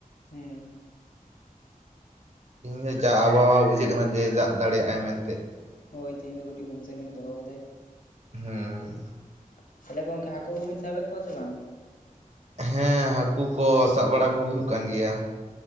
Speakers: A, on the left; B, on the right.
A: ᱦᱮᱸ ᱾
B: ᱤᱧ ᱫᱚ ᱡᱟ ᱟᱵᱦᱟᱣᱟ ᱵᱩᱡᱷᱟᱹᱜ ᱠᱟᱱᱟ ᱡᱮ ᱫᱟᱜ ᱫᱟᱲᱮᱭᱟᱜᱟᱭ ᱢᱮᱱᱛᱮ ᱾
A: ᱦᱳᱭ ᱛᱮᱦᱤᱧ ᱫᱚ ᱠᱟᱹᱴᱤᱡ ᱜᱩᱢᱥᱟᱱᱤ ᱦᱚᱸ ᱫᱚᱦᱚ ᱠᱟᱫᱟᱭ
B: ᱦᱩᱸ
A: ᱾ ᱛᱟᱦᱚᱞᱮ ᱜᱚᱝᱠᱮ ᱦᱟᱹᱠᱩ ᱠᱚᱵᱤᱱ ᱥᱟᱵᱮᱫ ᱠᱚᱣᱟ ᱥᱮ ᱵᱟᱝᱼᱼᱼ
B: ᱦᱮᱸ ᱦᱟᱹᱠᱩ ᱠᱚ ᱥᱟᱵ ᱵᱟᱲᱟ ᱠᱚ ᱦᱩᱭᱩᱜ ᱠᱟᱱ ᱜᱮᱭᱟ᱾